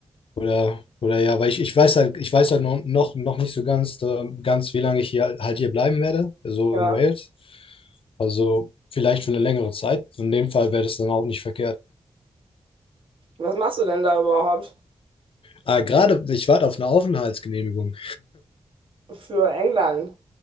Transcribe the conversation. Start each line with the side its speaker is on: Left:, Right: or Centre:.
Left: Oder, oder ja, weil ich, ich weiß halt, ich weiß halt noch, noch, noch nicht so ganz, äh, ganz, wie lange ich hier halt hier bleiben werde, also
Right: Ja.
Left: in Wales. Also vielleicht für eine längere Zeit. In dem Fall wäre das dann auch nicht verkehrt.
Right: Was machst du denn da überhaupt
Left: Ah, gerade, ich warte auf eine Aufenthaltsgenehmigung.
Right: für England?